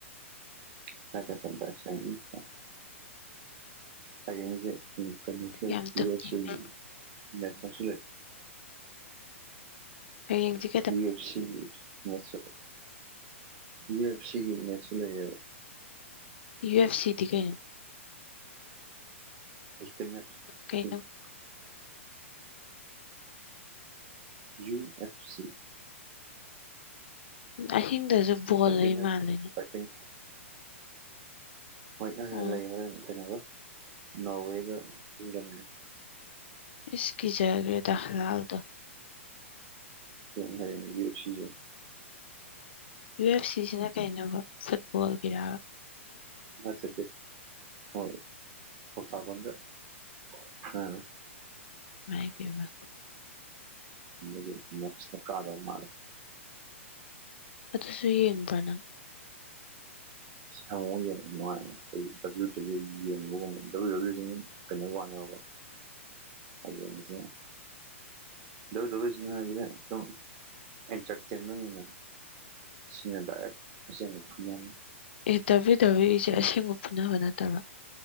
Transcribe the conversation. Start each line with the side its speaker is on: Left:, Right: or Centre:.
Right: <unintelligible> ꯍꯌꯦꯡꯁꯦ ꯀꯩꯅꯣꯁꯨ ꯂꯩ
Left: ꯌꯥꯝ ꯇꯨꯝꯅꯤꯡꯉꯦ
Right: <unintelligible> ꯁꯦꯝꯒꯤ <unintelligible> ꯂꯩ
Left: ꯍꯌꯦꯡꯖꯤ
Right: ꯌꯨ ꯑꯦꯐ ꯁꯤꯒꯤ ꯃꯦꯆꯁꯨ ꯌꯨ ꯑꯦꯐ ꯁꯤꯒꯤ ꯃꯦꯆꯁꯨ ꯂꯩꯌꯦꯕ
Left: ꯌꯨ ꯑꯦꯐ ꯁꯤꯗꯤ ꯀꯩꯅꯣ
Right: <unintelligible>
Left: ꯀꯩꯅꯣ
Right: ꯌꯨ ꯑꯦꯐ ꯁꯤ
Left: ꯑꯍꯤꯡꯗꯁꯨ ꯕꯣꯜ
Right: ꯑꯜꯇꯤꯃꯦꯠ
Left: ꯂꯩ ꯃꯥꯜꯂꯦꯅꯦ
Right: ꯐꯥꯏꯇꯤꯡ ꯍꯣꯏ <unintelligible>
Left: ꯑꯣ
Right: ꯍꯣꯔꯦꯟ ꯀꯩꯅꯣꯒꯥ ꯅꯣꯔꯋꯦꯒ ꯏꯪꯂꯦꯟꯒ
Left: ꯏꯁ ꯀꯤꯖꯒꯔꯦꯗ ꯍꯂꯥꯜꯗꯣ
Right: <unintelligible> ꯌꯨ ꯑꯦꯐ ꯁꯤꯗꯣ
Left: ꯌꯨ ꯑꯦꯐ ꯁꯤꯁꯤꯅ ꯀꯩꯅꯣꯕ ꯐꯨꯠꯕꯣꯜꯒꯤꯔꯥꯕ
Right: ꯅꯠꯇ꯭ꯔꯗꯤ <unintelligible>
Left: ꯏꯃꯥꯏ ꯄꯦꯝꯃ
Right: <unintelligible> ꯀꯥꯗꯧ ꯃꯥꯜꯂꯦ
Left: ꯑꯗꯨꯁꯨ ꯌꯦꯡꯕ꯭ꯔꯥ ꯅꯪ
Right: <unintelligible> ꯀꯩꯅꯣ <unintelligible> ꯗꯕ꯭ꯂꯤꯎ ꯗꯕ꯭ꯂꯤꯎ ꯁꯤꯅ <unintelligible> ꯁꯨꯝ ꯑꯦꯟꯇꯔꯇꯦꯟꯃꯦꯟ ꯑꯣꯏꯅ ꯁꯤꯅꯥ ꯗꯥꯏꯔꯦꯛ ꯑꯁꯦꯡꯕ ꯐꯨꯅꯕꯅꯦ
Left: ꯑꯦ ꯗꯕ꯭ꯂꯤꯎ ꯗꯕ꯭ꯂꯤꯎ ꯏꯁꯦ ꯑꯁꯦꯡꯕ ꯐꯨꯅꯕ ꯅꯠꯇꯕ꯭ꯔꯣ